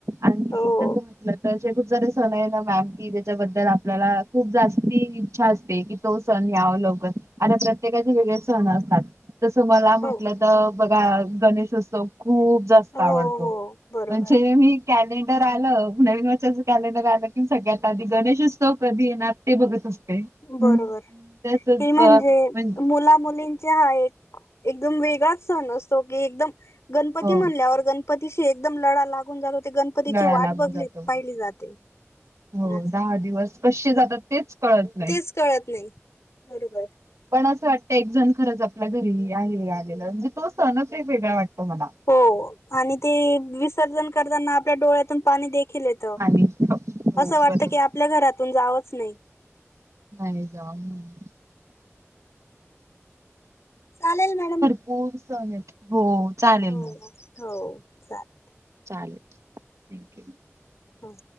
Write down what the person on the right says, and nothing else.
आणखी
कसं म्हटलं जे <unintelligible> सण आहे ना मॅम कि त्याच्याबद्दल आपल्याला खूप जास्ती इच्छा असते कि तो सण याव लवकर आता प्रत्येकाचे वेगळे सण असतात. तसं मला म्हटलं
तर बघा गणेशोत्सव खूप जास्त
आवडतो
म्हणजे मी कॅलेंडर आलं नवीन वर्षाच कॅलेंडर आलं की सगळ्यात आधी गणेशोत्सव कधी येणार ते बघत असते. हम्म.
तसच
म्हणजे
हो
लळा
लागून
जातो.
हो
दहा दिवस कसे जातात तेच कळत नाही.
पण असं वाटतं एक जण खरंच आपल्या घरी आहे आलेला म्हणजे तो सणच एक वेगळा वाटतो मला
आणि हो
बरोबर
नाही <unintelligible>
<unintelligible> सन आहेत. हो चालेल
मग.
चालेल थँक्यू